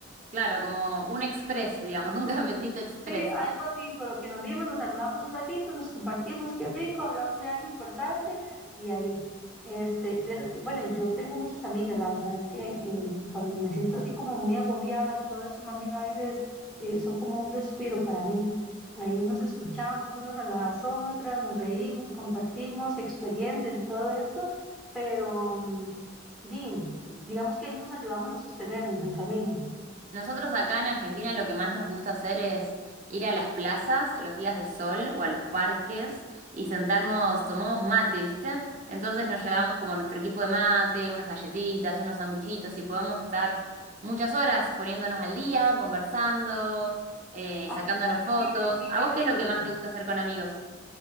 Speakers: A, on the right; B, in the centre.
A: Claro, como un express, digamos, un <laughs> cafecito express.
B: Sí, algo así, solo que nos vimos, nos saludamos un ratito, nos compartimos, qué rico, hablamos de algo importante y ahí, este, vieras que, bueno, yo tengo muchas amigas, la verdad es que eh, cuando me siento así como muy agobiada y todo eso, más bien a veces eh, son como un respiro para mí. Ahí nos escuchamos unas a las otras, nos reímos, compartimos experiencias y todo esto, pero mm, di, digamos que ahí nos ayudamos a sostenernos entre amigas.
A: Nosotros acá en Argentina lo que más nos gusta hacer es ir a las plazas los días de sol o a los parques y sentarnos, tomamos mate, ¿viste? Entonces nos
B: Ah,
A: llevamos como nuestro equipo de mate, unas galletitas, unos sanguchitos y podemos estar muchas horas poniéndonos al día, conversando, eh,
B: Ahí
A: sacándonos
B: el
A: fotos.
B: aire libre, sí,
A: ¿A
B: qué
A: vos
B: rico.
A: qué es lo que más te gusta hacer con amigos?